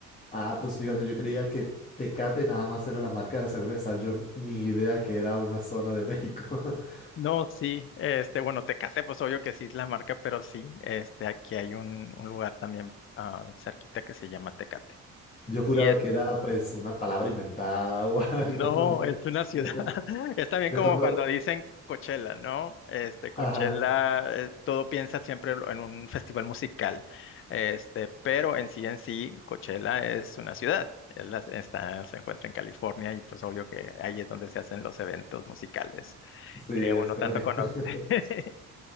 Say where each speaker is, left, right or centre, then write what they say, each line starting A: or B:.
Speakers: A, on the left; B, on the left.
A: Ah, pues fíjate, yo creía que Tecate nada más era la marca de cerveza, yo n- ni idea que era una zona de México. <laughs>
B: No, sí, este, bueno, Tecate, pues obvio que sí es la marca, pero sí, este, aquí hay un, un lugar también ah, cerquita que se llama Tecate.
A: Yo juraba
B: y es
A: que era pues una palabra inventada o <laughs> algo.
B: No,
A: no.
B: es una ciudad.
A: Yo cuando,
B: <laughs> Es también
A: yo
B: como
A: cuando,
B: cuando dicen Coachella, ¿no? Este, Coachella,
A: ajá.
B: eh, todo piensa siempre en en un festival musical. Este, pero en sí en sí, Coachella es una ciudad. Él las- está, se encuentra en California y pues obvio que ahí es donde se hacen los eventos musicales
A: Sí,
B: que
A: es
B: uno
A: correcto.
B: tanto conoce.
A: <laughs>
B: <laughs>